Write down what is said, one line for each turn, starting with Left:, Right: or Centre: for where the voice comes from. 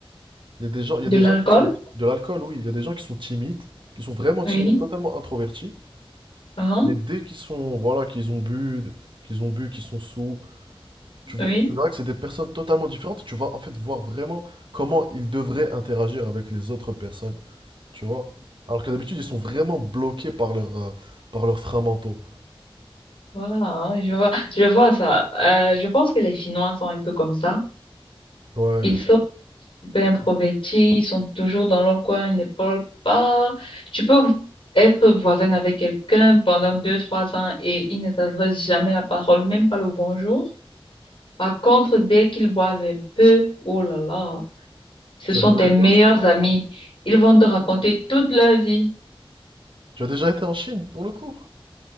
Right: Il y a des gens, il y
Left: de
Right: a des
Left: l'alcool?
Right: gens qui sont, de l'alcool, oui, il y a des gens qui sont timides, qui sont vraiment
Left: Oui.
Right: timides, totalement introvertis
Left: Hein?
Right: Mais dès qu'ils sont, voilà, qu'ils ont bu, qu'ils ont bu, qu'ils sont sous, tu vois,
Left: Oui.
Right: tu verras que c'est des personnes totalement différentes. et Tu vas en fait voir vraiment comment ils devraient interagir avec les autres personnes, tu vois. Alors que d'habitude, ils sont vraiment bloqués par leur, euh, par leurs freins mentaux.
Left: Voilà, je vois, je vois ça. Euh, je pense que les Chinois sont un peu comme ça.
Right: Ouais.
Left: Ils sont super introvertis, ils sont toujours dans leur coin, ils ne parlent pas. Tu peux être voisin avec quelqu'un pendant deux, trois ans et ils ne t'adressent jamais la parole, même pas le bonjour. Par contre, dès qu'ils boivent un peu, oh là là. Ce
Right: Tu
Left: sont
Right: as déjà
Left: tes
Right: été
Left: meilleurs
Right: en Chine?
Left: amis. Ils vont te raconter toute leur vie.
Right: Tu as déjà été en Chine, pour le coup.